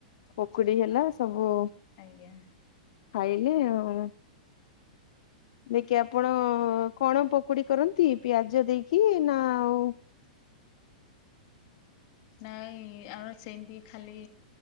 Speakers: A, on the left; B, on the left.
A: ପକୁଡି ହେଲା ସବୁ
B: ଆଜ୍ଞା।
A: ଖାଇଲେ ଆଉ ଦେଇକି ଆପଣ କଣ ପକୋଡି କରନ୍ତି ପିଆଜ ଦେଇକି ନା ଆଉ
B: ନାଇଁ ଆମ ସେମିତି ଖାଲି